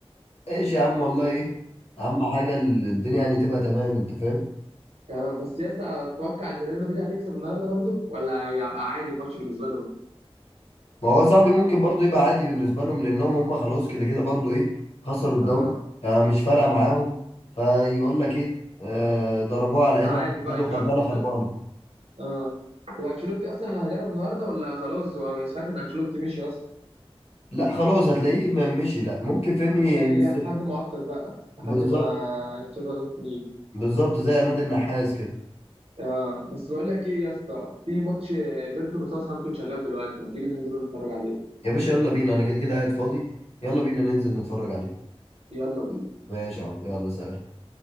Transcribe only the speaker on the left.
ايش يا عم والله ايه اهم حاجه ال- الدنيا يعني تبقى تمام انت فاهم
ما هو صاحبي ممكن برضو يبقى عادي بالنسبه لهم لانهم هم خلاص كده كده برضو ايه خسروا الدوري
فمش فارقه معاهم فيقول لك ايه آه ضربوه على عينها
قالوا
خربانه خربانه
لا خلاص هتلاقيه ما مشي لا ممكن فهمني
بس-
بالظبط
بالظبط زي عماد النحاس كده
يا باشا يلا بينا انا كده كده قاعد فاضي يلا بينا ننزل نتفرج عليه
ماشي يا عم يلا سلام